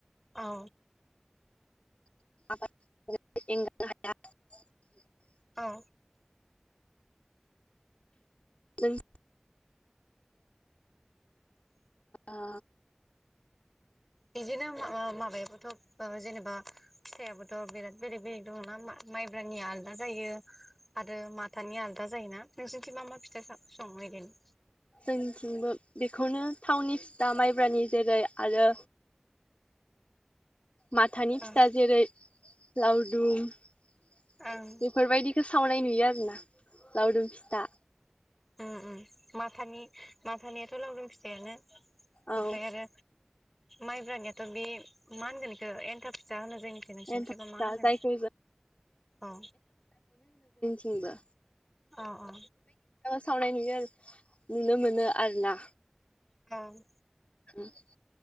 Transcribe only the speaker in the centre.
औ।
औ।
बिदिनो ओ माबायाबोथ' ओ जेनेबा फिथाइयाबोथ' बिराद बेलेग बेलेग दङ ना मा-माइब्रानि आलदा जायो आरो माथानि आलदा जायोना नोंसोरनिथिं मा मा फिथा स-संओ माइगानो?
ओं
ओं
ओम ओम माथानि माथानियाथ' लावदोंम फिथायानो
ओमफ्राय आरो माइब्रानियाथ' बे मा होनगोन एखौ एन्थाम फिथा होन जोंनिथिं नोंसोरनिथिबा
मा होनो
अ
अ अ
औ